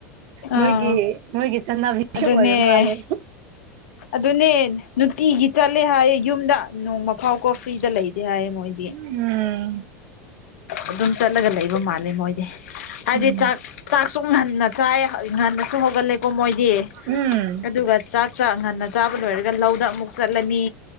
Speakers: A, on the left (about 60°); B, on the right (about 50°).
A: ꯑꯥ
B: ꯃꯣꯏꯒꯤ ꯃꯣꯏꯒꯤ ꯆꯠꯅꯕꯤꯁꯨ
A: ꯑꯗꯨꯅꯦ
B: ꯑꯣꯏꯔ ꯃꯥꯜꯂꯦ
A: ꯑꯗꯨꯅꯦ ꯅꯨꯡꯇꯤꯒꯤ ꯆꯠꯂꯦ ꯍꯥꯏꯌꯦꯦ ꯌꯨꯝꯗ ꯅꯣꯡꯃ ꯐꯥꯎ ꯀꯣ ꯐ꯭ꯔꯤꯗ ꯂꯩꯇꯦ ꯍꯥꯏꯌꯦ ꯃꯣꯏ
B: ꯎꯝ
A: ꯑꯗꯨꯝ ꯆꯠꯂꯒ ꯂꯩꯕ ꯃꯥꯜꯂꯦ ꯃꯣꯏꯗꯤ ꯍꯥꯏꯗꯤ
B: ꯎꯝ
A: ꯆꯥꯛ ꯆꯛ ꯑ ꯁꯨꯝ ꯉꯟꯅ ꯆꯥꯏ ꯉꯟꯅꯁꯨ ꯍꯧꯒꯠꯂꯦꯀꯣ ꯃꯣꯏꯗꯤ
B: ꯎꯝ
A: ꯑꯗꯨꯒ ꯆꯥꯛ ꯆꯥꯛ ꯉꯟꯅ ꯆꯥꯕ ꯂꯣꯏꯔꯒ ꯂꯧꯗ ꯑꯃꯨꯛ ꯆꯠꯂꯅꯤ